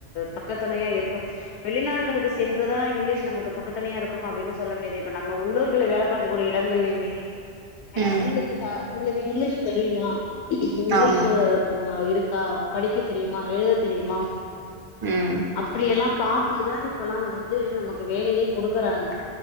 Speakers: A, on the left; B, on the right.
A: பக்கத்துணையா இருக்கும் வெளிநாடுகளுக்கு சென்றுதா இங்கிலீஷ் நமக்கு பக்கத்துணையா இருக்கும் அப்டின் சொல்ல முடியாது எப் இப்ப நம்ம உள்ளுர்கல்ல வேல பாக்கக்கூடியெ இடங்கள்லயுமே ஆ
B: ம்
A: உங்ளுக்கு தா உங்ளுக்கு இங்க்லீஷ் தெரியுமா இங்கிலீஷூ
B: ஆமா
A: கோன் வா இருக் க்கா படிக்கத் தெரியுமா எழுத தெரியுமா
B: ம்
A: அப்டியெல்லா பாத் துதா இப்பல்லா வந்து நமக்கு வேலையே குடுக்குறாங்க